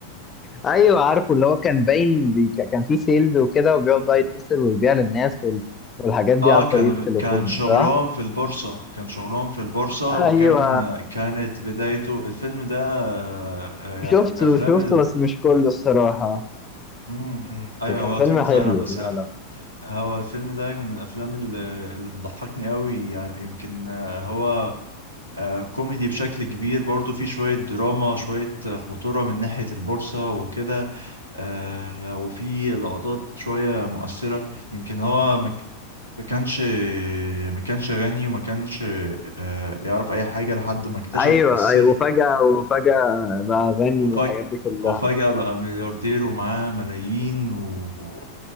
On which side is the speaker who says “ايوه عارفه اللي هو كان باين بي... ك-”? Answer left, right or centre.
Left